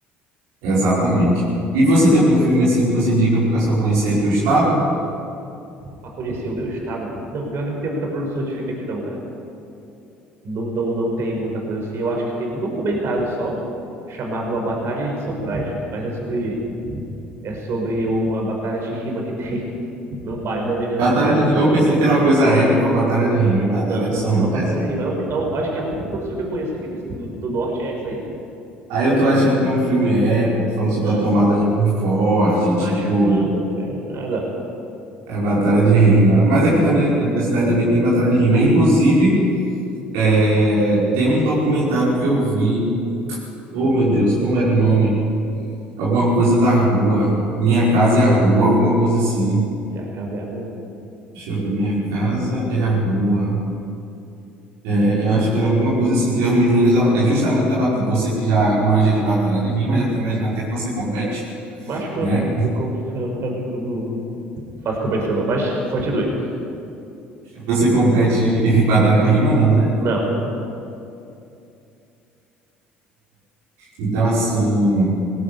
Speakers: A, on the right; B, on the right.
A: exatamente. E você tem algum filme assim que você indica para o pessoal conhecer teu estado?
B: pra conhecer o meu estado. Não, pior que não tem muita produção de filme aqui não, cara. Não, não, não tem muita coisa assim. Eu acho que tem um documentário só, chamado A Batalha de São Brás. Mas é sobre, é sobre uma batalha de rima que tem <laughs> num bairro, num determinado
A: Batalha
B: bairro
A: de
B: aqui.
A: Rima. Eu pensei que era uma coisa épica, ou Batalha de Rima, é Batalha
B: Não,
A: de
B: não,
A: São
B: é uma
A: Brás.
B: batalha de rima. Eu, eu acho que a única produção que eu conheço aqui desse- do, do norte é essa aí.
A: Aí eu tô achando que é um filme épico, falando
B: Não,
A: sobre a tomada de algum forte,
B: mas
A: tipo
B: quando? É nada.
A: É batalha de rima. Mas
B: Eisa,
A: aqui também, na minha cidade também tem batalha de rima. Inclusive, é, tem um documentário que eu vi. Oh, meu Deus, como era o nome? Alguma coisa da rua. Minha casa é a rua, alguma coisa assim.
B: minha casa é a rua.
A: Deixa eu ver, minha casa é a rua. É, eu acho que era alguma coisa assim, que os meninos da- é justamente da batalha. Você que já manja de batalha de rima, já tô imaginando até que você compete,
B: Mas quando?
A: né?
B: Não, conf- <laughs> não, não, não, não faço competição não, mas continue.
A: Você compete em <laughs> batalha de rima, não, né?
B: Não.
A: Então, assim.